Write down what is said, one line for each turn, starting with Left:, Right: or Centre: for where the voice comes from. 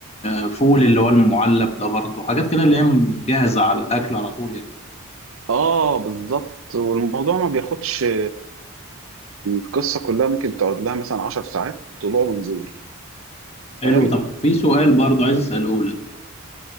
Left: آه، فول اللي هو المعلب ده برضو حاجات كده اللي هي جاهزة على الأكل على طول يعني
Right: اه بالظبط والموضوع ما بياخدش آه، القصه كلها ممكن تقعد لها مثلا 10 ساعات طلوع ونزول
Left: حلو
Right: فاهم
Left: طب في سؤال برضو عايز أسأله لك